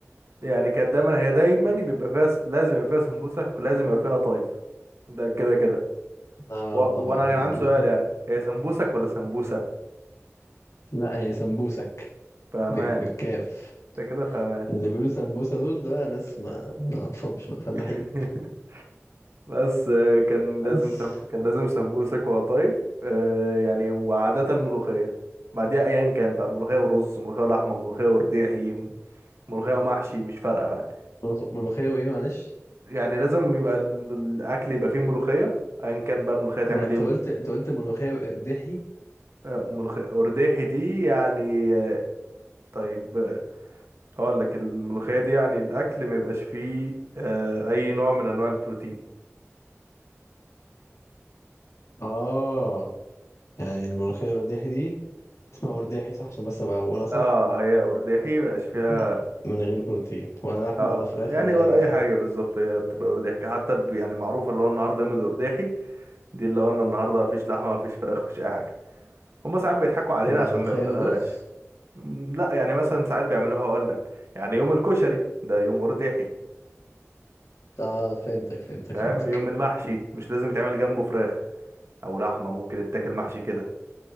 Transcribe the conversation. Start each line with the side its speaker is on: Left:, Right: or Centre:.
Right: يعني كانت دايما هي دايما بيبقى فيها س- لازم يبقى فيها سمبوسك ولازم يبقى فيها قطايف ده كده كده
Left: اه
Right: و...
Left: طبعا
Right: وانا كان
Left: دول...
Right: عندي سؤال يعني هي سمبوسك ولا سمبوسة
Left: لا هي سمبوسك
Right: فهمان
Left: ب... بالكاف
Right: ده كده فهمان
Left: اللي بيقولوا سمبوسة دول ده ناس ما ما اعرفهمش بقى فلاحين
Right: <laughs> بس آه، كان
Left: بس
Right: لازم سم... كان لازم سمبوسك وقطايف آه، يعني وعادة ملوخية بعديها ايا كان بقى ملوخية ورز ملوخية ولحمة ملوخية ورديحي م- ملوخية ومحشي مش فارقة يعني
Left: ملوخ- ملوخية وايه معلش
Right: يعني لازم يبقى ال- الاكل يبقى فيه ملوخية ايا كان بقى الملوخية تعمل
Left: لا انت
Right: ايه
Left: قلت انت قلت ملوخية وقرداحي
Right: آه، ملوخية ورديحي دي يعني طيب آه، اقول لك الملوخية دي يعني الاكل ما يبقاش فيه آه، اي نوع من انواع البروتين
Left: اه يعني الملوخية والقرداحي دي اسمها قرداحي صح عشان بس ابقى اقولها صح
Right: اه هي ارداحي ما يبقاش فيها
Left: لا، من غير بروتين ولا لحم
Right: اه
Left: ولا فراخ
Right: يعني
Left: ولا
Right: ولا
Left: ايا
Right: اي
Left: كان
Right: حاجة بالظبط هي بتبقى ارداحي حتى ب- يعني معروفة اللي هو النهاردة يوم الارداحي دي اللي هو أنا النهاردة مفيش لحمة مفيش فراخ مفيش اي حاجة هما ساعات بيضحكوا علينا
Left: تبقى
Right: عشان
Left: ملوخية
Right: ما يقولهاش
Left: ورز
Right: لا يعني مثلا ساعات بيعملوها اقول لك يعني يوم الكشري ده يوم ارداحي
Left: اه فهمتك فهمتك
Right: فاهم
Left: فهمتك
Right: يوم المحشي مش لازم يتعمل جنبه فراخ او لحمة ممكن يتاكل محشي كده